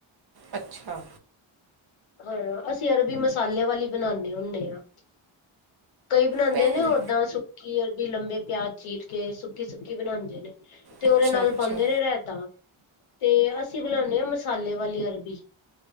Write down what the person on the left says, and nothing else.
ਹਾਂ, ਅਸੀਂ ਅਰਬੀ ਮਸਾਲੇ ਵਾਲੀ ਬਣਾਦੇ ਹੁੰਨੇ ਆਂ। ਕਈ ਬਣਾਉਂਦੇ
ਨੇ ਓਦਾਂ, ਸੁੱਕੀ ਅਰਬੀ ਲੰਬੇ ਪਿਆਜ ਚੀਰ ਕੇ, ਸੁੱਕੀ- ਸੁੱਕੀ ਬਣਾਉਂਦੇ ਨੇ। ਤੇ
ਉਹਦੇ ਨਾਲ
ਪਾਉਂਦੇ ਨੇ ਰੇਇਹਤਾ। ਤੇ ਅਸੀਂ ਬਣਾਉਦੇ ਹਾਂ ਮਸਾਲੇ ਵਾਲੀ ਅਰਬੀ।